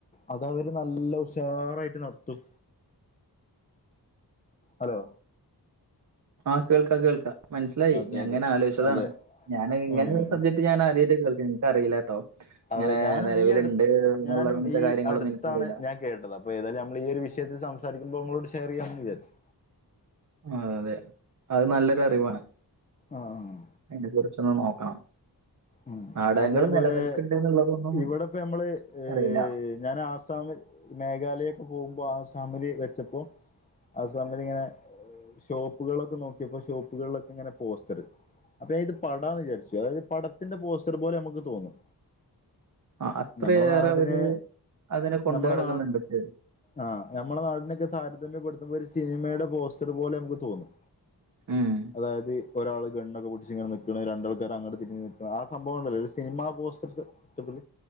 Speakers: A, on the left; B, on the right.
A: അതവര് നല്ല ഉഷാറായിട്ട് നടത്തും ഹലോ
B: ആഹ കേൾക്കാം കേൾക്കാ മനസ്സിലായി
A: അതെ
B: ഞാങ്ങനെ
A: അതെ
B: ആലോചിച്ചതാണ്
A: അതെ
B: ഞാന് ഇങ്ങനെ
A: ഉം ഉം
B: ഒരു സബ്ജക്ട്
A: ഉം.
B: റ്റ് ഞാനാദ്യായിട്ട് കേൾക്കാ ന്ക്ക് അറിയില്ലാട്ടൊ ഇങ്ങനെ
A: അതെ ഞാനും
B: നെലവിലുണ്ട്
A: ഈ അടു
B: എന്നുള്ള
A: ഞാനും
B: ഇങ്ങത്തെ
A: ഈ
B: കാര്യങ്ങളൊന്നും
A: അടുത്താണ്
B: എനിക്കറിയില്ല
A: ഞാൻ കേട്ടത് അപ്പൊ ഏതായാലും നമ്മളീ ഒരു വിഷയത്തിൽ സംസാരിക്കുമ്പോ ങ്ങളോട് ഷെയർ ചെയ്യാന്ന് വിചാരിച്ചു
B: ആ അതെ അത് നല്ലൊരു അറിവാണ്
A: ആഹ് ആഹ്
B: അയ്നെ കുറിച്ചൊന്ന് നോക്കണം
A: ഉം
B: നാടകങ്ങൾ
A: അതേപോലെ
B: നിലനിൽക്കുന്നുണ്ട് എന്നുള്ളതൊന്നും
A: ഇവിടെപ്പ ഞമ്മള് ഏ
B: അറിയില്ല.
A: ഞാൻ ആസാം മേഘാലയൊക്കെ പോവുമ്പോ ആസാമില് വെച്ചപ്പോ ആസാമില്ങ്ങനെ- ഷോപ്പുകളൊക്കെ നോക്കിയപ്പോ ഷോപ്പുകളിലൊക്കെങ്ങനെ പോസ്റ്ററ് അപ്പൊഞാ ഇത് പടാന്ന് വിചാരിച്ചു അതായത് പടത്തിന്റെ പോസ്റ്റർ പോലെ നമുക്ക് തോന്നും
B: ആഹ് അത്രയേറെയവര്
A: നമ്മളെ നാടിനെ
B: അതിനെ കൊണ്ട്
A: നമ്മളെ
B: നടക്ക്ന്നുണ്ട്-
A: നാ ആഹ് നമ്മടെ നാടിനെക്കെ താരതമ്യപ്പെടുത്തുമ്പോ ഒരു സിനിമേടെ പോസ്റ്ററ് പോലെ നമുക്ക് തോന്നും
B: ഉം.
A: അതായത് ഒരാള് ഗണ്ണൊക്കെ പിടിച്ച് ഇങ്ങനെ നിക്കണ് രണ്ട് ആൾക്കാർ അങ്ട് തിരി ആഹ് സംഭവം ഉണ്ടല്ലോ ഒരു സിനിമ പോസ്റ്റർ സെറ്റപ്പ്പിൽ